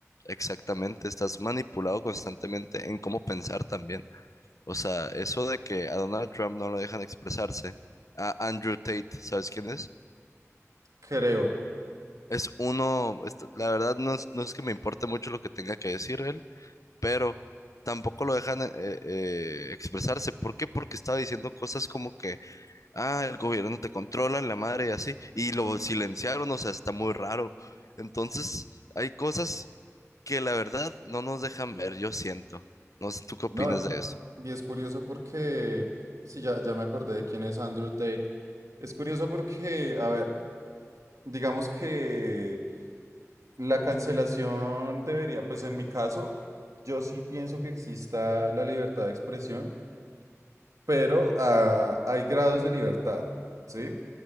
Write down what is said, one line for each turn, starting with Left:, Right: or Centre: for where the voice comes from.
Left: Exactamente, estás manipulado constantemente en cómo pensar también. O sea, eso de que a Donald Trump no lo dejan expresarse, a Andrew Tate, ¿sabes quién es?
Right: creo.
Left: Es uno, est- la verdad no es, no es que me importe mucho lo que tenga que decir él, pero tampoco lo dejan eh, eh, expresarse. ¿Por qué? Porque estaba diciendo cosas como que ah, el gobierno te controla, la madre y así, y lo silenciaron, o sea, está muy raro. Entonces, hay cosas que la verdad no nos dejan ver, yo siento. No sé, ¿tú qué opinas
Right: No,
Left: de eso?
Right: y es curioso porque, sí, ya, ya me acordé de quién es Andrew Tate. Es curioso porque, a ver, digamos que la cancelación debería, pues en mi caso, yo sí pienso que exista la libertad de expresión, pero ah, hay grados de libertad, ¿sí?